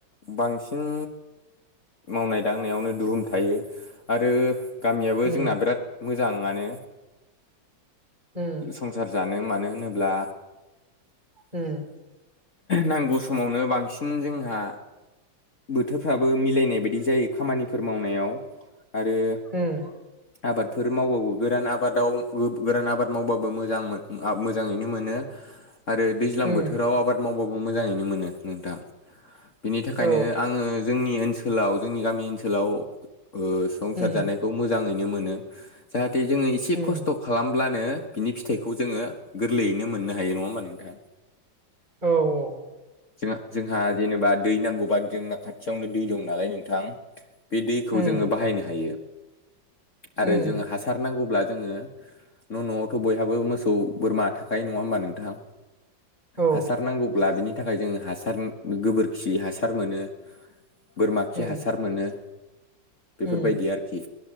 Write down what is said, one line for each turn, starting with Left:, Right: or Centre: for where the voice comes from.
Left: बांसिन मावनाय दांनायावनो दुहुम थायो आरो गामियाबो
Right: उम
Left: जोंना बिराद मोजाङानो
Right: उम
Left: संसार जानो मानो होनोब्ला
Right: होम
Left: नांगौ समावनो बांसिन जोंहा बोथोरफ्राबो मिलायनाय बायदि जायो खामानिफोर मावनायाव आरो
Right: ओम
Left: आबादफोर मावबाबो गोरान आबादाव गोरान आबाद मावबाबो मोजां मोजाङैनो मोनो आरो दैज्लां
Right: उम
Left: बोथोराव आबाद मावबाबो मोजाङैनो मोनो नोंथां बिनि थाखायनो
Right: औ
Left: आङो जोंनि ओनसोलाव जोंनि गामि ओनसोलाव ओ संसार
Right: उम
Left: जानायखौ मोजाङैनो मोनो जाहाथे जोङो एसे
Right: उम
Left: खसथ' खालामब्लानो बिनि फिथाइखौ जोङो गोरलैयैनो मोननो हायो नङा होमबा नोंथां
Right: औ औ
Left: जोंहा जोंहा जेनेबा दै नांगौबा जोंना खाथियावनो दै दं नालाय नोंथां बे दैखौ
Right: उम
Left: जोङो बाहायनो हायो आरो
Right: उम
Left: जोङो हासा र नांगौब्ला जोङो न' न'आवथ' बयहाबो मोसौ बोरमा थाखायो नङा होनोबा नोंथां थां
Right: औ
Left: हासार नांगौ अब्ला बिनि थाखाय जोङो हासार गोबोरखि हासार मोनो बोरमा खि
Right: उम,
Left: हासार मोनो बेफोरबायदि
Right: उम,
Left: आरोखि